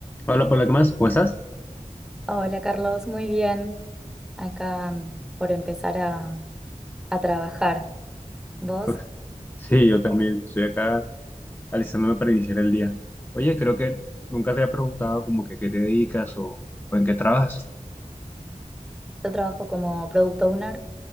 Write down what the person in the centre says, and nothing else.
Hola Carlos, muy bien. Acá mm, por empezar a, a trabajar. ¿Vos?
Yo trabajo como product owner